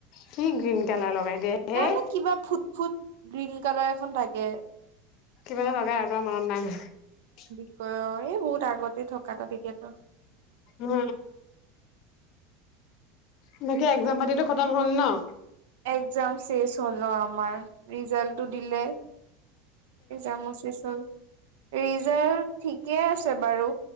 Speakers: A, on the left; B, on the right.
A: কি গ্ৰীণ কালাৰ লগাই দিয়ে
B: জানো
A: হে।
B: কিবা ফুট ফুট গ্ৰীণ কালাৰ এখন থাকে।
A: কিবা এটা লগাই আৰু মনত নাই মানে।
B: অহ এই বহুত। আগতে থকা তাতে। এতিয়াটো।
A: উম। এনেকে একজাম পাতিটো খতম হ'ল নহ।
B: একজাম চেচ হল ন আমাৰ ৰিজাল্টটো দিলে। এ এক্সামও শেষ হল। ৰিজাল্ট ঠিকেই আছে বাৰু।